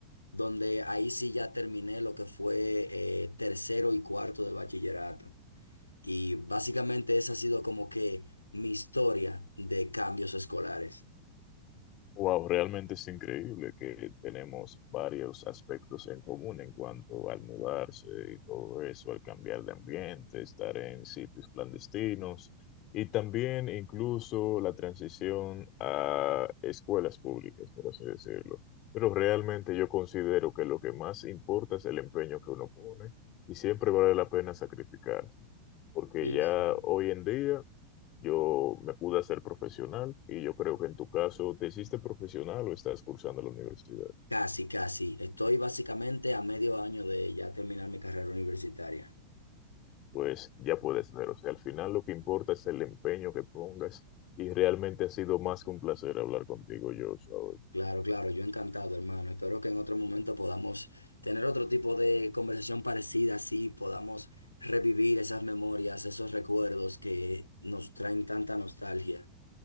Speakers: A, on the left; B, on the left.
A: donde ahí sí ya terminé lo que fue eh, tercero y cuarto de bachillerato. Y básicamente esa ha sido como que mi historia de cambios escolares.
B: Wow, realmente es increíble que tenemos varios aspectos en común en cuanto al mudarse y todo eso, al cambiar de ambiente, estar en sitios clandestinos y también incluso la transición a escuelas públicas, por así decirlo. Pero realmente yo considero que lo que más importa es el empeño que uno pone y siempre vale la pena sacrificarse, porque
A: Sí,
B: ya
A: sí.
B: hoy en día... Yo me pude hacer profesional y yo creo que en tu caso te hiciste profesional o estás cursando la universidad.
A: Casi, casi. Estoy básicamente a medio año de ya terminar mi carrera universitaria.
B: Pues ya puedes ver, o sea, al final lo que importa es el empeño que pongas y realmente ha sido más que un placer hablar contigo, Joshua.
A: Claro, claro, yo encantado, hermano. Espero que en otro momento podamos tener otro tipo de conversación parecida, así podamos revivir esas memorias, esos recuerdos que nos traen tanta nostalgia.